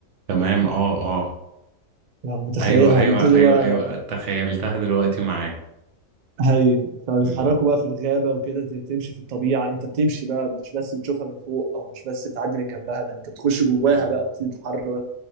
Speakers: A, on the right; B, on the right.
A: تمام اه اه
B: لو متخيلها
A: ايوه ايوه
B: بيبتدوا
A: ايوه
B: بقى
A: ايوه تخيلتها دلوقتي معاك
B: هي فبيتحركوا
A: مم.
B: بقى في الغابة وكده ت- تمشي في الطبيعة انت بتمشي بقى مش بس بتشوفها من فوق او مش بس بتعدي من جنبها ده انت بتخش جواها
A: مم.
B: بقى وبتتحرك